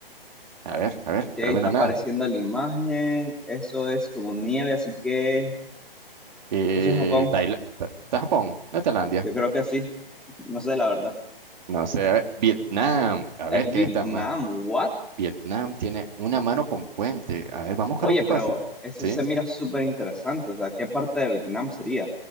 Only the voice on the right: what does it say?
A ver, a ver,
pero mira,
nada.
Eh,
Taila- Ta- Ta- Japón, no Tailandia.
No sé, a ver, Vietnam. A
ver,
¿qué está más?
Vietnam tiene una mano con puente. A ver, vamos a buscar
un poco
así.
Sí,